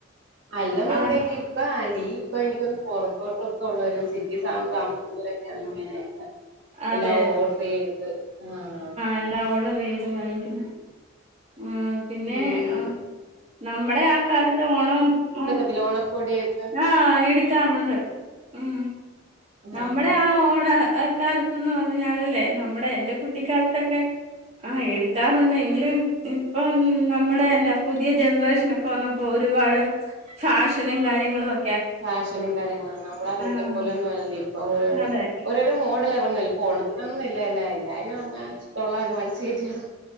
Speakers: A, on the right (about 65°); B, on the right (about 35°).
A: അല്ലന്നു
B: ആഹ്
A: ഉണ്ടെങ്കി ഇപ്പൊ ആന്റി ഇപ്പൊ എനിക്കൊന്ന് പോറത്തോട്ടൊക്കെ ഉള്ളവരും സിറ്റി താമസിക്കുന്നവരൊക്കെ അങ്ങനെയൊക്ക
B: അതെ
A: എല്ലാം ഓഡ്രീത് ആഹ്
B: എല്ല ഓഡറീ ത് വാങ്ങിക്കുന്ന ഉം പിന്നെ
A: ഉം
B: അഹ് നമ്മളെ ആഹ് കാലത്തെ ഓണം ഒ
A: തിലോണക്കോടിയൊക്കെ
B: ആഹ് എടിക്കാറുണ്ട് ഉം നമ്മുടെ
A: ആഹ്
B: ആ ഓണ കാലത്ത് ന്ന് പറഞ്ഞാലല്ലേ നമ്മടെ എന്റെ കുട്ടിക്കാലത്തൊക്കെ ആഹ് എടുക്കാറുണ്ട്എങ്കിലും ഇപ്പം നമ്മടെന്നെ പുതിയ ജനറേഷനൊക്കെ വന്നപ്പോ ഒരുപാട് ഫാഷനും കാര്യങ്ങളും ഒ
A: ഫാഷനും കാര്യങ്ങളും നമ്മൾ അന്നത്തെ
B: ആഹ്
A: പോലെന്നും അല്ലല്ലോ ഇപ്പൊ ഓരോ ഓരോ
B: അതെ
A: ഒര് രോ മോഡൽ എറങ്ല്ലെഇപ്പൊ ഓണത്തിനൊന്നും ഇല്ലാ എല്ലാ എല്ലാ <unintelligible>